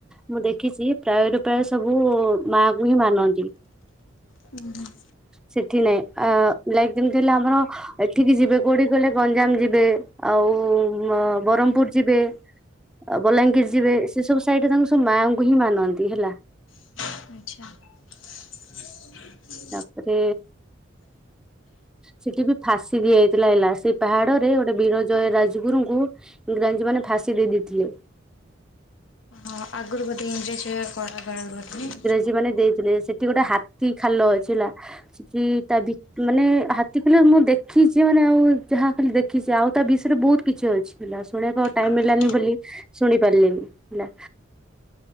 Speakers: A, in the centre; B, on the left.
A: ମୁଁ ଦେଖିଚି ପ୍ରାୟରୁ ପ୍ରାୟ ସବୁ ମା କୁ ହିଁ ମାନନ୍ତି।
B: ହୁଁ ହୁଁ।
A: ସେଠି ନାଇଁ। ଆ ଲାଇକ୍ ଯେମିତି ହେଲେ ଆମର ଏଠିକି ଯିବେ କୋଉଠି କହିଲେ ଗଞ୍ଜାମ ଯିବେ ଆଉ ବ ବରମପୁର୍ ଯିବେ। ଆଉ ବଲାଙ୍ଗୀର ଯିବେ ସେ ସବୁ ସାଇଡରେ ତାଙ୍କ ସବୁ ମାଆଙ୍କୁ ହିଁ ମାନନ୍ତି ହେଲା।
B: ଆଚ୍ଛା। <inaudible>
A: ତାପରେ ସେଠି ବି ଫାଶୀ ଦିଆଯାଇଥିଲା ହେଲା ସେଇ ପାହାଡରେ ଗୋଟେ ବୀରଜୟ ରାଜଗୁରୁଙ୍କୁ ଇଂରାଜୀମାନେ ଫାଶୀ ଦେଇ ଦେଇଥିଲେ।
B: ହଁ ଆଗରୁ ବୋଧେ ଇଂରେଜ କରାଗାର ବୋଧେ।
A: ଜି ମାନେ ଦେଇଥିଲେ। ସେଠି ଗୋଟେ ହାତୀ ଖାଲ ଅଛି ଲା। <unintelligible> ତା ଧି ମାନେ ହାତୀ ଖଲେ ମୁଁ ଦେଖିଚି ମାନେ ଆଉ ଯାହା ଖାଲି ଦେ ଖିଛି ଆଉ ତା ବିଷୟରେ ବହୁତ କିଛି ଅଛି ହେଲା ଶୁଣିବାକୁ ଆଉ ଟାଇମ୍
B: ଆଚ୍ଛା
A: ମିଳିଲାନି ବୋଲି ଶୁଣି ପାରିଲିନି ହେଲା।